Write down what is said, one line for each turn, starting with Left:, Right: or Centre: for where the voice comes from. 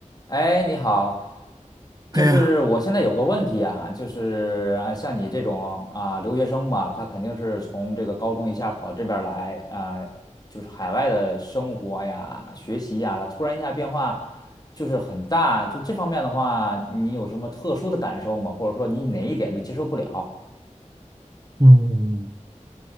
Left: 哎，你好，
Right: 哎呀，
Left: 就是我现在有个问题啊，就是啊，像你这种啊留学生吧，他肯定是从这个高中一下跑这边儿来啊，就是海外的生活呀、学习呀，他突然一下变化就是很大，就这方面的话，你有什么特殊的感受吗？或者说你哪一点就接受不了？
Right: 嗯，